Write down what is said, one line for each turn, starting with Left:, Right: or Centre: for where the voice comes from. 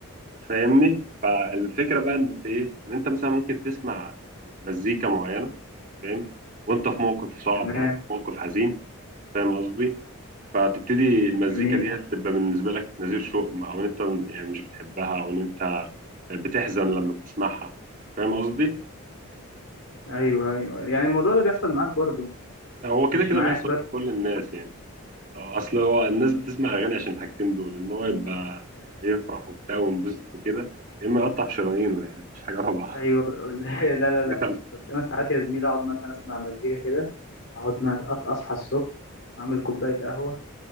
Right: فاهمني؟ فالفكره بقى إن في ايه؟ ان انت مثلا ممكن تسمع مزيكا معينه فاهم؟ وانت في موقف صعب
Left: تمام
Right: او في موقف حزين فاهم قصدي؟ فتبتدي المزيكا
Left: جميل
Right: ديت تبقى بالنسبة لك نذير شؤم أو إن أنت يعني مش بتحبها أو إن أنت بتحزن لما بتسمعها فاهم قصدي؟
Left: ايوه ايوه يعني الموضوع ده بيحصل معاك برضو
Right: هو
Left: مش
Right: كده كده
Left: معايا
Right: بيحصل
Left: بس
Right: لكل الناس يعني آه، أصل هو الناس بتسمع أغاني عشان الحاجتين دول إن هو يبقى يفرح وبتاع وينبسط وكده يا إما يقطع في شرايينه يعني مفيش حاجة رابعة
Left: ايوه <laughs> لا لا لا لا.
Right: <laughs>
Left: بس انا ساعات يا زميلي اقعد مثلا اسمع مزيكا كده اقعد ما- أط- اصحى الصبح اعمل كوبايه قهوه